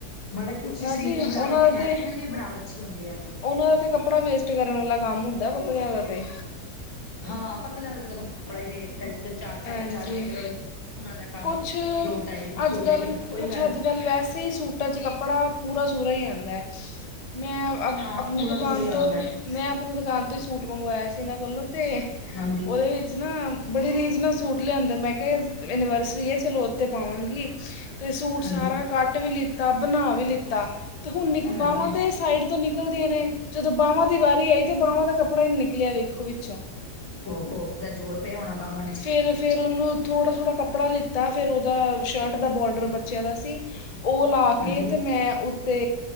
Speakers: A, on the left; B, on the left.
A: ਮਤਲਬ ਕੁਛ
B: ਨਾ
A: ਸਰੀਰ
B: ਜੀ
A: ਦੀ
B: ਉਹਨਾਂ
A: ਬਣਾਵਟ
B: ਦਾ
A: ਹੈਲਥ
B: ਤੇ
A: ਦੀ ਵੀ ਬਣਾਵਟ ਅੱਛੀ ਹੁੰਦੀ ਹੈ।
B: ਉਹਨਾਂ ਦਾ ਤੇ ਕੱ ਕੱਪੜਾ ਵੇਸਟ ਕਰਨ ਵਾਲਾ ਕੰਮ ਹੁੰਦਾ ਪਤਾ ਲਿਆਦਾ ਤੇ
A: ਹਾਂ ਪਤਲਿਆਂ ਦਾ ਕੱਪੜਾ ਹੀ ਵਸਟੇ ਜਿੱਰ ਚਾਰ ਸਾਢੇ
B: ਹਾਂਜੀ
A: ਚਾਰ ਮੀਟਰ ਹੋ। ਉਹਨਾਂ ਦਾ ਕੰਮ
B: ਕੁਛ
A: ਦੋ ਢਾਈ ਵਿੱਚ
B: ਅੱਜ ਕੱਲ੍ਹ
A: ਜਾਵੇ ਕੋਈ
B: ਕੁਛ
A: ਗੱਲ
B: ਅੱਜ ਕੱਲ੍ਹ ਵੈਸੇ ਹੀ ਸੂਟਾਂ ਚ ਕੱਪੜਾ ਪੂਰਾ ਸੂਰਾ ਹੀ ਆਉਂਦਾ ਹੈ ਮੈਂ ਅ
A: ਹਾਂ
B: ਆਪਣੀ
A: ਪੂਰਾ
B: ਦੁਕਾਨ
A: ਸੂਰਾ ਹੀ
B: ਤੋਂ
A: ਆਉਂਦਾ ਹੈ।
B: ਮੈਂ ਆਪਣੀ ਦੁਕਾਨ ਤੋਂ ਹੀ ਸੂਟ ਮੰਗਵਾਇਆ ਸੀ ਇਹਨਾਂ ਕੋਲੋਂ ਅਤੇ
A: ਹਾਂਜੀ
B: ਉਹਦੇ ਵਿੱਚ ਨਾ ਬੜੇ ਰੀਜ਼ ਨਾਲ ਸੂਟ ਲਿਆਂਦੇ ਮੈਂ ਕਿਹਾ ਐਨੀਵਰਸਰੀ ਹੈ ਚਲੋ ਉਹ 'ਤੇ ਪਾਵਾਂਗੀ। ਤੇ ਸੂਟ ਸਾਰਾ
A: ਹਾਂਜੀ
B: ਕਟ ਵੀ ਲਿੱਤਾ ਬਣਾ ਵੀ ਲਿੱਤਾ। ਤੇ ਹੁਣ ਨਿਕ
A: ਹਾਂਜੀ
B: ਬਾਹਾਂ ਦੇ ਸਾਈਡ ਤੋਂ ਨਿਕਲਦੀਆਂ ਨੇ ਜਦੋਂ ਬਾਹਵਾਂ ਦੀ ਵਾਰੀ ਆਈ ਤਾਂ ਬਾਹਵਾਂ ਦਾ ਕੱਪੜਾ ਨੀ ਨਿਕਲਿਆ ਵੇਖੋ ਵੀ ਅਛਾ
A: ਉਹ ਹੋਫ ਦਾ ਜੋੜ ਪਿਆ ਹੋਣਾ ਬਾਹਵਾਂ 'ਚ
B: ਫੇਰ- ਫੇਰ ਉਹਨੂੰ ਥੋੜਾ- ਥੋੜਾ ਕੱਪੜਾ ਦਿੱ ਤਾਂ ਫੇਰ ਉਹਦਾ ਸ਼ਰਟ ਦਾ ਬੋਡਰ ਬੱਚਿਆਂ ਦਾ ਸੀ ਉਹ ਲਾ
A: ਹਾਂਜੀ
B: ਕੇ ਤੇ ਮੈਂ ਉੱਥਤੇ